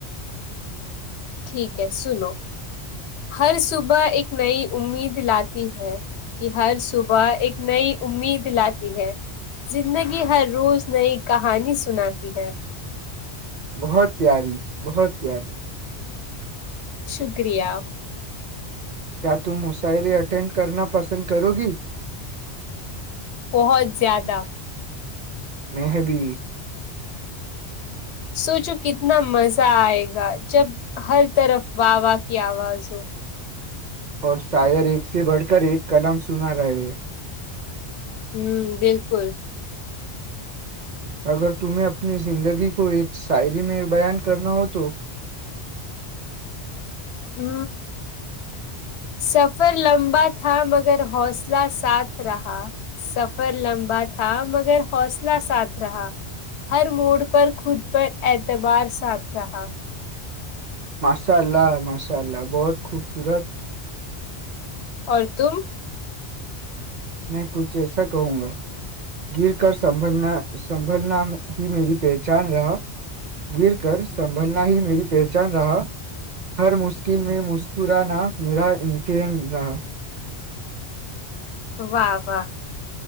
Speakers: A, on the left (about 75°); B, on the right (about 55°).
A: ٹھیک ہے سنو ہر صبح ایک نئی امید لاتی ہے کہ ہر صبح ایک نئی امید لاتی ہے زندگی ہر روز نئی کہانی سناتی ہے
B: بہت پیاری بہت پیاری
A: شکریہ
B: کیا تم مشعرے اٹینڈ کرنا پسند کرو گی
A: بہت زیادہ
B: محبی
A: سوچو کتنا مزہ آئے گا جب ہر طرف و واہ کی آواز سو
B: اور شار ایک سے بڑھ کر ایک قلم سنا رہے
A: ہوں بالکل
B: اگر تمہیں اپنی زندگی کو ایک شاعری میں بیان کرنا ہو تو
A: ہ سفر لمبا تھا مگر حوصلہ ساتھ رہا سفر لمبا تھا مگر حوصلہ ساتھ رہا ہر موڑ پر خود پر اعتبار ساتھ رہا
B: ماشاء اللہ ماشاء اللہ بہت خوبصورت
A: اور تم
B: میں کچھ ایسا کہوں گا گر کر سنبھلنا سنبھلنا ہی میری پہچان رہا گر کر سنبھلنا ہی میری پہچان رہا ہر مشکل میں مسکرانا میرا امتن رہا
A: واہ واہ